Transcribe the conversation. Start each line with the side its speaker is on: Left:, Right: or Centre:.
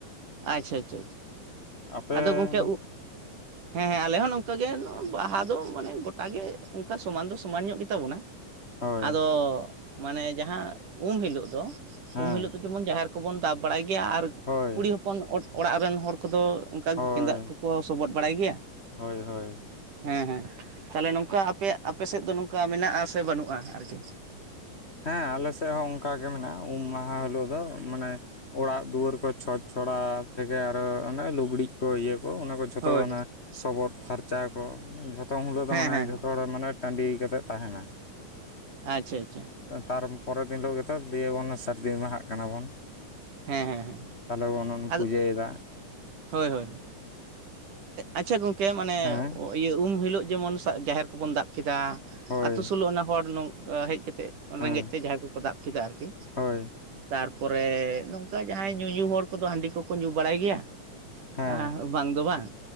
Right: ᱟᱪᱪᱷᱟ ᱟᱪᱪᱷᱟ ᱟᱪᱪᱷᱟ
Left: ᱟᱯᱮ
Right: ᱟᱫᱚ ᱜᱚᱝᱠᱮ
Left: ᱫᱚ
Right: ᱩᱵ
Left: <inaudible>
Right: ᱦᱮᱸ ᱦᱮᱸ ᱟᱞᱮ ᱦᱚᱸ ᱱᱚᱝᱠᱟ ᱜᱮ ᱵᱟᱦᱟ ᱫᱚ ᱢᱟᱱᱮ ᱜᱚᱴᱟ ᱜᱮ ᱚᱱᱠᱟ ᱥᱚᱢᱟᱱ ᱫᱚ ᱥᱚᱢᱟᱱ ᱧᱚᱜ ᱜᱮᱛᱟ ᱵᱚᱱᱟ᱾
Left: ᱦᱳᱭ
Right: ᱟᱫᱚ ᱢᱟᱱᱮ ᱡᱟᱦᱟᱸ ᱩᱢ ᱦᱤᱞᱳᱜ ᱫᱚ
Left: ᱦᱮᱸ
Right: ᱩᱢ ᱦᱤᱞᱳᱜ ᱫᱚ ᱡᱮᱢᱚᱱ ᱡᱟᱦᱮᱨ ᱠᱚᱵᱚᱱ ᱫᱟᱵᱽ ᱵᱟᱲᱟᱭ ᱜᱮᱭᱟ ᱟᱨ
Left: ᱦᱳᱭ
Right: ᱡᱠᱷᱚᱱ ᱚᱲᱟᱜ ᱨᱮᱱ ᱦᱚᱲ ᱠᱚᱫᱚ ᱚᱱᱠᱟ
Left: ᱦᱳᱭ
Right: ᱜᱮᱸᱫᱟᱜ ᱠᱚᱠᱚ ᱥᱚᱵᱚᱫ ᱵᱟᱲᱟᱭ ᱜᱮᱭᱟ᱾
Left: ᱦᱳᱭ ᱦᱳᱭ
Right: ᱦᱮᱸ ᱦᱮᱸ ᱛᱟᱦᱞᱮ ᱱᱚᱝᱠᱟ ᱟᱯᱮᱭᱟᱜ ᱟᱯᱮ ᱥᱮᱫ ᱫᱚ ᱱᱚᱝᱠᱟ ᱢᱮᱱᱟᱜ ᱥᱮ ᱵᱟᱹᱱᱩᱜᱼᱟ ᱟᱨᱠᱤ
Left: ᱦᱮᱸ ᱟᱞᱮ ᱥᱮᱫ ᱦᱚᱸ ᱚᱱᱠᱟ ᱜᱮ ᱢᱮᱱᱟᱜᱼᱟ ᱩᱢ ᱢᱟᱦᱟ ᱦᱤᱞᱳᱜ ᱫᱚ ᱢᱟᱱᱮ ᱚᱲᱟᱜ ᱫᱩᱣᱟᱹᱨ ᱠᱚ ᱪᱷᱚᱸ ᱪᱪᱷᱚᱲᱟ ᱛᱮᱜᱮ ᱟᱨᱚ ᱚᱱᱮ ᱞᱩᱜᱽᱲᱤᱡ ᱠᱚ ᱤᱭᱟᱹ ᱠᱚ ᱚᱱᱟ ᱠᱚ ᱡᱷᱚᱛᱚ
Right: ᱦᱳᱭ
Left: ᱚᱱᱟ ᱥᱚᱵᱚᱫ ᱯᱷᱟᱨᱪᱟ ᱠᱚ ᱡᱷᱚᱛᱚ ᱩᱱ ᱦᱤᱞᱟᱹᱜ ᱫᱚ
Right: ᱦᱮᱸ
Left: ᱢᱟᱱᱮ
Right: ᱦᱮᱸ
Left: ᱡᱷᱚᱛᱚ
Right: ᱦᱮᱸ
Left: ᱦᱚᱲ ᱢᱟᱱᱮ ᱴᱟᱺᱰᱤ ᱠᱟᱛᱮᱫ ᱛᱟᱦᱮᱱᱟ᱾
Right: ᱟᱪᱪᱷᱟ ᱟᱪᱪᱷᱟ᱾
Left: ᱛᱟᱨᱢᱯᱚᱨᱮ ᱫᱤᱱ ᱦᱤᱞᱳᱜ ᱜᱮᱛᱚ ᱫᱤᱭᱮ ᱵᱚᱱ ᱥᱟᱹᱨᱫᱤ ᱢᱟᱦᱟᱜ ᱠᱟᱱᱟ ᱵᱚᱱ
Right: ᱦᱮᱸ ᱦᱮᱸ ᱦᱮᱸ
Left: ᱛᱟᱦᱚᱞᱮ ᱵᱚᱱᱚᱱ
Right: ᱟᱫᱚ
Left: ᱯᱩᱡᱟᱹᱭᱮᱫᱟ᱾
Right: ᱦᱳᱭ ᱦᱳᱭ ᱟᱪᱪᱷᱟ ᱜᱚᱝᱠᱮ ᱢᱟᱱᱮ
Left: ᱦᱮᱸ
Right: ᱤᱭᱟᱹ ᱩᱢ ᱦᱤᱞᱳᱜ ᱡᱮᱢᱚᱱ ᱡᱟᱦᱮᱨ ᱠᱚᱵᱚᱱ ᱫᱟᱵ ᱠᱮᱫᱟ᱾
Left: ᱦᱳᱭ
Right: ᱟᱹᱛᱩ ᱥᱩᱞᱩ ᱚᱱᱟ ᱦᱚᱲ ᱱᱚᱝᱠ ᱦᱮᱡ ᱠᱟᱛᱮᱫ
Left: ᱦᱮᱸ
Right: ᱨᱮᱸᱜᱮᱡ ᱛᱮ ᱡᱟᱦᱟᱸᱭ ᱠᱚᱠᱚ ᱫᱟᱵ ᱠᱮᱫᱟ ᱟᱨᱠᱤ
Left: ᱦᱳᱭ
Right: ᱛᱟᱨᱯᱚᱨᱮ ᱱᱚᱝᱠᱟ ᱡᱟᱦᱟᱸᱭ ᱧᱩᱧᱩ ᱦᱚᱲ ᱠᱚᱫᱚ ᱦᱟᱺᱰᱤ ᱠᱚᱠᱚ ᱧᱩ ᱵᱟᱲᱟᱭ ᱜᱮᱭᱟ᱾ <inaudible>
Left: ᱦᱮᱸ
Right: ᱵᱟᱝ ᱫᱚ ᱵᱟᱝ